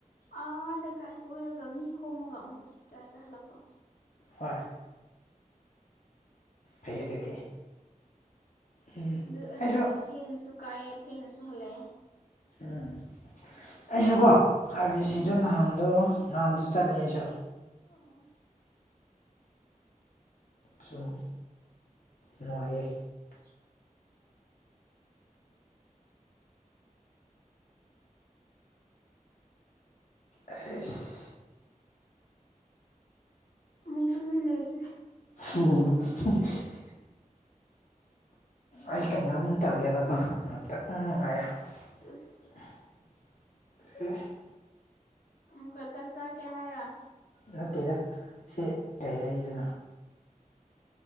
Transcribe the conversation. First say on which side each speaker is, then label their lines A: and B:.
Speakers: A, on the left (about 80°); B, on the left (about 65°).
A: ꯑꯥ ꯂꯩꯀꯥꯏ ꯀꯣꯏꯔꯒ ꯃꯤ ꯈꯣꯝꯃꯒ ꯑꯃꯨꯛ ꯆꯥꯥꯔꯖꯇ ꯍꯜꯂꯛꯄ
B: ꯍꯣꯏ ꯐꯩ ꯑꯗꯨꯗꯤ ꯎꯝ
A: ꯑꯗꯨ ꯑꯗꯨꯒꯤ
B: ꯑꯩꯁꯨ
A: ꯊꯦꯡꯅꯁꯨ ꯀꯥꯏꯑꯦ ꯊꯦꯡꯅꯁꯨ ꯍꯜꯂꯛꯑꯦ
B: ꯎꯝ ꯑꯩꯁꯨꯀꯣ ꯍꯥꯏꯕꯤ
A: ꯎꯝ
B: ꯁꯤꯗꯣ ꯅꯍꯥꯟꯗꯣ ꯅꯍꯥꯟꯗꯣ ꯆꯠꯂꯦ ꯑꯩꯁꯨ
A: ꯑꯣ
B: ꯁꯨꯝ ꯅꯨꯡꯉꯥꯏꯌꯦ
A: <unintelligible>
B: ꯑꯦꯁ <inaudible>
A: ꯑꯃꯨꯛ ꯇꯨꯃꯤꯟ ꯂꯩꯈ꯭ꯔꯦ
B: ꯎꯝ <inaudible> ꯑꯩ ꯀꯩꯅꯣꯝ ꯇꯧꯒꯦꯕꯀꯣ ꯉꯥꯛꯇꯪ ꯉꯥꯢꯌꯣ
A: ꯇꯁ <inaudible>
B: ꯑ <inaudible>
A: ꯑꯃꯨꯛꯀ ꯆꯥꯛ ꯆꯥꯛꯀꯦ ꯍꯥꯏꯔꯣ
B: ꯅꯠꯇꯦꯗ ꯁꯤ ꯀꯩ ꯍꯥꯢꯗꯨꯢꯅꯣ